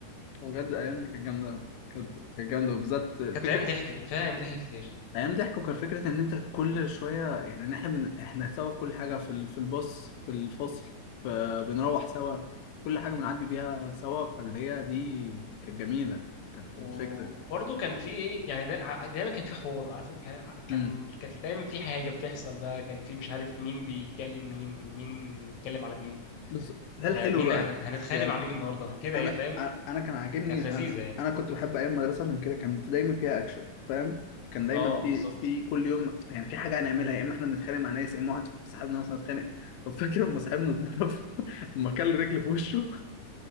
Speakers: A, on the left (about 85°); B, on the left (about 70°).
A: هو بجد الايام دي كانت جامده كانت كانت جامده وبالذات فكره
B: كانت ايام ضحك كان فيها ايام ضحك كتير
A: ايام ضحكوا كان فكره ان انت كل شويه يعني إن احنا بن... احنا سوا في كل حاجه في ال... في الباص في الفصل فبنروح سوا كل حاجه بنعدي بيها سوا فاللي هي دي كانت جميله كانت
B: وبرضه
A: الفكره
B: كان في ايه يعني دا- دايما كان في حوار عارف انت كان كان
A: امم
B: كانت دايما في حاجه بتحصل بقى كان في مش عارف مين بيكلم مين مين بيتكلم على مين
A: بس ده
B: آه
A: الحلو
B: مين
A: بقى
B: هن- هنتخانق
A: يعني
B: مع مين النهارده كده
A: انا
B: يا فاهم
A: انا أنا كان عاجبني
B: كانت لذيذه
A: انا
B: يعني
A: انا كنت بحب ايام المدرسه عشان كده كان في- دايما فيها اكشن فاهم كان دايما
B: اه
A: في
B: بالظبط
A: في كل يوم يعني في حاجه هنعملها يا اما احنا بنتخانق مع ناس يا اما واحد صاحبنا مثلا اتخانق طب فاكر لما صاحبنا <laughs> لما كل رجل في وشه